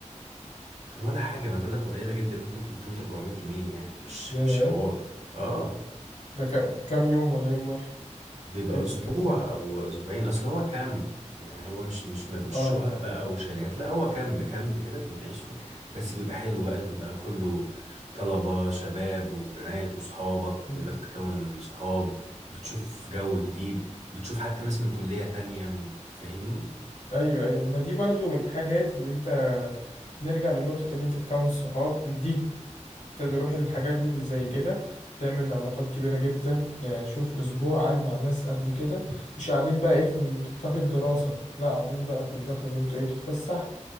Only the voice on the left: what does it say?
ياه
ده كام كام يوم ولا يوم واحد؟
كذا
اه
اه
مم.
أيوه أيوه ما دي برضو من الحاجات اللي أنت نرجع لنقطة اللي أنت تكون صحاب دي تروح الحاجات دي اللي زي كده تعمل علاقات كبيرة جدا يعني شوف أسبوع قاعد مع ناس قد كده مش قاعدين بقى إيه في نطاق الدراسة لا قاعدين بقى في نطاق اللي أنتوا إيه بتتفسح